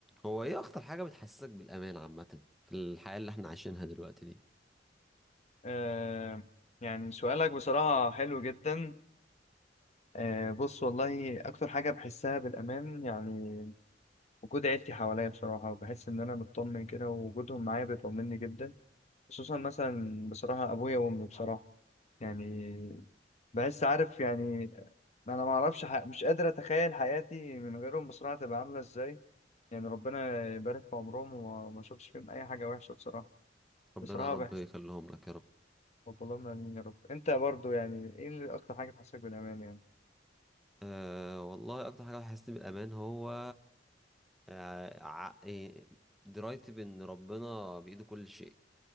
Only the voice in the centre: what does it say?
هو ايه اكتر حاجة بتحسسك بالامان عامة في الحياة اللي احنا عايشينها دلوقتي دي
ربنا
يا رب
يخليهم لك يا رب
أه والله اكتر حاجة بتحسسني بالامان هو أه ع- إيه، درايتي بان ربنا بايده كل شيء